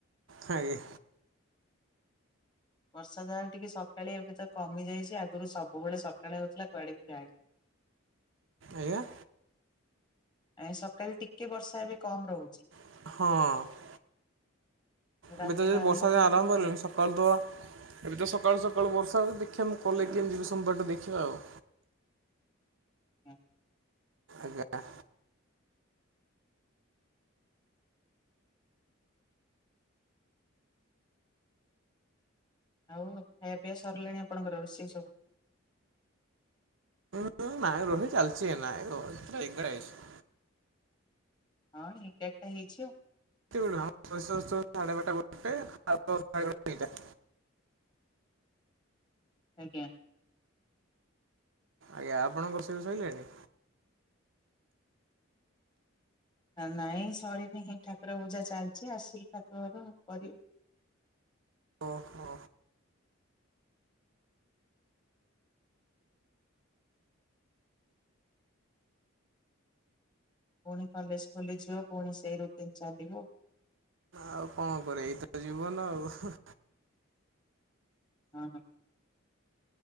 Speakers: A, on the right (about 65°); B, on the left (about 20°).
A: ଆଜ୍ଞା
B: ବର୍ଷା ଯା ହଉ ଟିକେ ସକାଳିଆ ଏବେ ତ କମି ଯାଇଛି ଆଗୁରୁ ସବୁବେଳେ ସକାଳେ ହଉଥିଲା କୁଆଡେ ବି ଯାଇନି।
A: ଆଜ୍ଞା
B: ଆ ସକାଳେ ଟିକେ ବର୍ଷା ଏବେ କମ୍ ରହୁଚି।
A: ହଁ
B: ରାତିରୁ
A: ଏବେ ତ ଯାଏ ବର୍ଷା
B: କରିକି
A: ତ ଆରମ୍ଭ
B: ପୁଣି
A: ହେଲାଣି ସ କରିଦବ ଏବେ ତ ସକାଳୁ ସକାଳୁ ବର୍ଷା ହଉଚି ଦେଖିଆ ମୁଁ କଲେକ୍ କେମିତି ଯିବି ସୋମବାର ଟୁ ଦେଖିବା ଆଉ
B: ହୁଁ।
A: ଆଜ୍ଞା।
B: ଆଉ ଖାଇବା ପିଇଆ ସରିଲାଣି ଆପଣଙ୍କର ରୋଷେଇ ସବୁ?
A: <unintelligible>
B: ହଁ ଏଗାର୍ ଟା ହେଇଚି ଆଉ।
A: <unintelligible> ସାଢେ ବାରଟା ଗୋଟେ <unintelligible> ଖାଇଲା ବଳକୁ ଦି ଟା।
B: ଆଜ୍ଞା।
A: ଆଜ୍ଞା ଆପଣଙ୍କ ରୋଷେଇ ସଇଲାଣି?
B: ନାଇଁ ସରିନି ହିଁ ଠାକୁର ପୂଜା ଚାଲିଚି ଆସିଲି ଠାକୁର ଘରୁ କରିବି।
A: ଓହୋ
B: ପୁଣି କଲେଜ୍ ଖୋଲିଯିବ ପୁଣି ସେଇ ରୁଟିନ୍ ଚାଲିବ।
A: ଆଉ କଣ କରିଆ ଏଇତ ଜିବ -ବନ ଆଉ।
B: ହଁ-